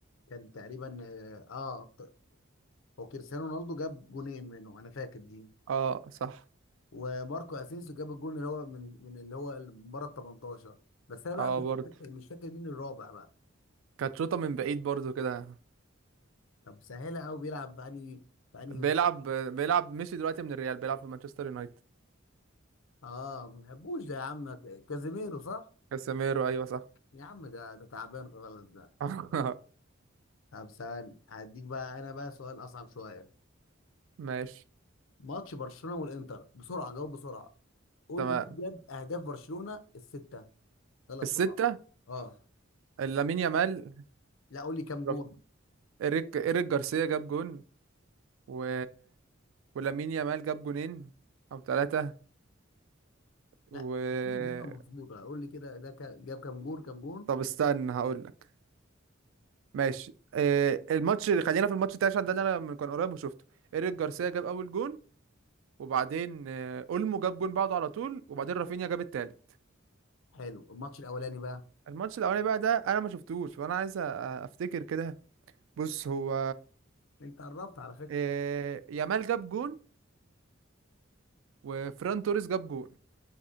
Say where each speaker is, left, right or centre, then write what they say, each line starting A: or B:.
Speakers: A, on the left (about 85°); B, on the right (about 75°).
A: كان تقريبا اه آه، هو كريستيانو رونالدو جاب جونين منه انا فاكر دي
B: اه صح
A: وماركو اسينسيو جاب الجون اللي هو من من اللي هو اللي من بره ال 18 بس انا بقى
B: اه
A: مش
B: برضه
A: فاكر مش فاكر مين الرابع بقى
B: كانت شوطة من بعيد برضه كده
A: طب سهله قوي بيلعب بأني بأني
B: بيلعب بيلعب مشي دلوقتي من الريال بيلعب في مانشستر يونايتد
A: اه ما بحبوش ده يا عم كازيميرو صح
B: كاسيميرو ايوه صح
A: يا عم ده ده تعبان خالص ده
B: <laughs>
A: طب سهل هديك بقى انا بقى سؤال اصعب شويه
B: ماشي
A: ماتش برشلونه والانتر بسرعه جاوب بسرعه قول
B: تمام
A: لي مين جاب اهداف برشلونه السته يلا بسرعه
B: الستة
A: اه
B: لامين يامال
A: لا قول لي كام جون
B: رف- إيريك إيريك جارسيا جاب جون و... ولامين يامال جاب جونين او ثلاثة
A: لا
B: و
A: دي اجابه مظبوطه قول لي كده ده كا- جاب كام جون كام جون
B: طب استنى هقول لك ماشي آه، الماتش اللي خلينا في الماتش بتاعي عشان ده اللي انا من كان قريب وشفته ايريك جارسيا جاب اول جون وبعدين آه، اولمو جاب جون بعده على طول وبعدين رافينيا جاب التالت
A: حلو الماتش الاولاني بقى
B: الماتش الاولاني بقى ده انا ما شفتوش فانا عايز أ- افتكر كده بص هو
A: انت قربت على فكره
B: آه، يامال جاب جون وفران توريس جاب جون